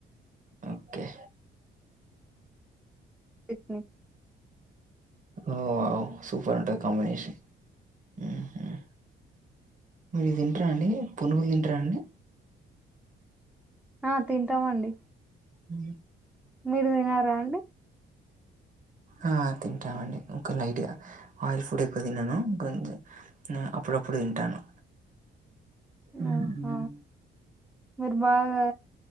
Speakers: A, on the right; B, in the centre.
A: ఓకే
B: ఇట్నే
A: ఓ ఓ సూపర్ ఉంటది కాంబినేషన్ ఉ ఉ మీరు తింటర అండి. పునుగులు తింటర అండి?
B: ఆ తింటామండి
A: హ
B: మీరు తినరా అండి?
A: ఆ తింటామండి ఇంక లైట్గా ఆయిల్ ఫుడ్ ఎక్కువ తినను. కొం అప్పుడు అప్పుడు తింటాను. హ్మ్.
B: ఆహ మీరు బాగా